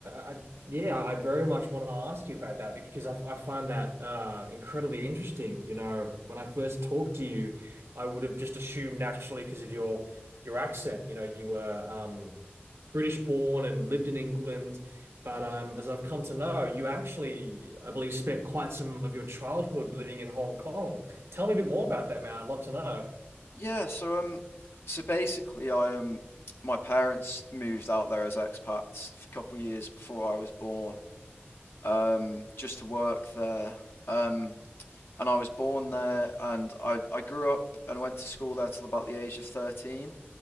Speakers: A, on the right (about 85°); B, on the left (about 65°).
A: I yeah, I very much want to ask you about that because I I find that uh incredibly interesting. You know, when I first talked to you, I would have just assumed naturally because of your your accent, you know, you were um British born and lived in England. But um, as I've come to know, you actually, I believe, spent quite some of your childhood living in Hong Kong. Tell me a bit more about that, man. I'd love to know.
B: Yeah, so um, so basically, I um, my parents moved out there as expats a couple of years before I was born, um, just to work there. Um, and I was born there, and I I grew up and went to school there till about the age of thirteen,